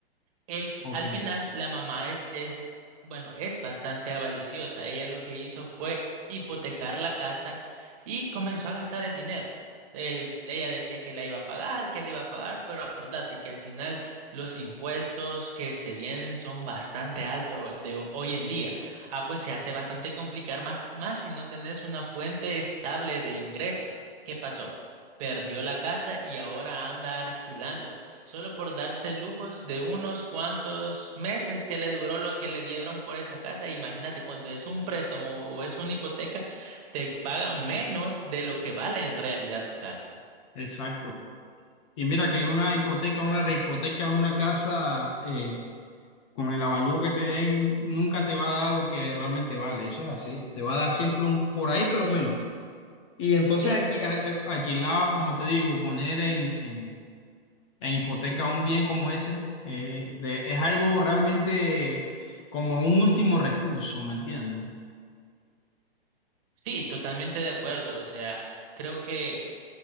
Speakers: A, on the right; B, on the left.
A: El fi-
B: Ok,
A: al final, la mamá es, es, bueno, es bastante avariciosa. Ella lo que hizo fue hipotecar la casa y comenzó a gastar el dinero. Eh, ella decía que la iba a pagar, que la iba a pagar, pero acordate que al final los impuestos que se vienen son bastante altos de ho- hoy en día. Ah, pues se hace bastante complicar más, más si no tenés una fuente estable de ingresos. ¿Qué pasó? Perdió la casa y ahora anda alquilando. Solo por darse lujos de unos cuantos meses que le duró lo que le dieron por esa casa. Imagínate, cuando es un préstamo o es una hipoteca, te pagan menos de lo que vale en realidad tu casa.
B: exacto. Y mira que una hipoteca, una rehipoteca, una casa, eh, Con el avalúo que te den, nunca te va a dar lo que realmente vale, eso es así. Te va a dar siempre un por ahí, pero menos. Y entonces
A: Sí,
B: aquí, a- eh, alquilado, como te digo, poner en, en, en hipoteca un bien como ese, eh, de- es algo realmente como un último recurso, ¿me entiendes?
A: sí, totalmente de acuerdo. O sea, creo que,